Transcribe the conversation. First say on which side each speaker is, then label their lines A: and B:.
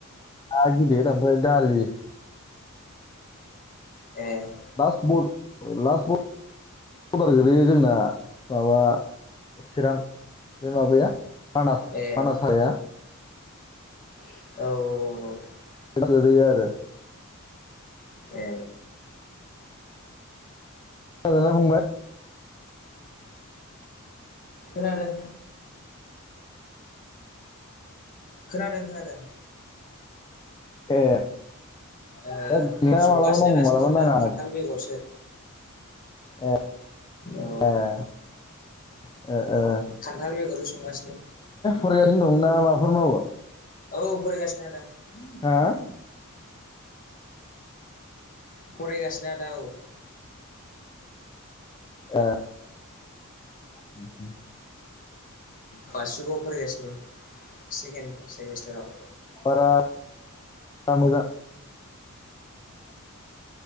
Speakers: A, on the left (about 20°); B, on the left (about 40°).
A: ना गिदिर ओमफ्राय दालि।
B: ए
A: दास म <unintelligible> लास्ट बरडार गोलैयो जोंना माबा चिरां बे माबाया मानास
B: ए
A: मानास हाया।
B: औ औ औ औ।
A: <unintelligible>
B: ए।
A: मोजां ना फंबाय?
B: खोनादों। खोनादों खोनादों।
A: ए।
B: ए
A: नोंना
B: संगासिनो
A: मालाबा नाङो
B: दासो
A: मालाबा
B: जोंना
A: नाङा
B: खान्थाल बेगरसो।
A: ए।
B: औ
A: ए
B: खान्थाल बेगरजों संगासिनो।
A: फरायगासिनो ओरैनो दं ना माबाफोर मावो?
B: औ फरायगासिनो आदा।
A: हा
B: <inaudible> फरायगासिनो आदा औ।
A: ए। <inaudible>
B: बासुगावआव फरायगासिनो सेकेण्ड सेमिस्टाराव।
A: बारा मोजां